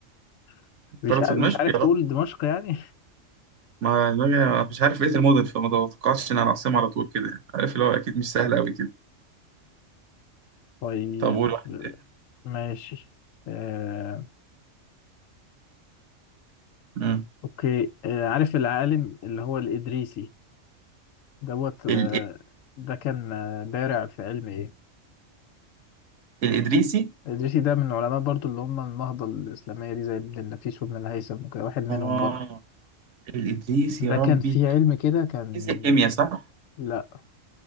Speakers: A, on the left; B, on the right.
A: <laughs> مش
B: بلد
A: عا-
B: في
A: مش
B: دمشق
A: عارف
B: يا
A: تقول
B: رب
A: دمشق يعني
B: ما دماغي مش عارف بقية المدن فما توقعتش إن أنا العاصمة على طول كده يعني. عارف اللي هو أكيد مش سهل أوي كده
A: <laughs> طيب
B: طب قول واحد تاني.
A: ماشي آه،
B: مم.
A: اوكي آه، عارف العالم اللي هو الإدريسي دوت آه،
B: ال-
A: ده كان آه، بارع في علم ايه؟
B: الإدريسي
A: الإدريسي ده من العلماء برضو اللي هم النهضة الإسلامية دي زي ابن النفيس وابن الهيثم وكده واحد منهم
B: آه
A: برضو
B: الإدريسي
A: ده
B: يا ربي
A: كان في علم كده كان
B: فيزياء كيمياء صح؟
A: لا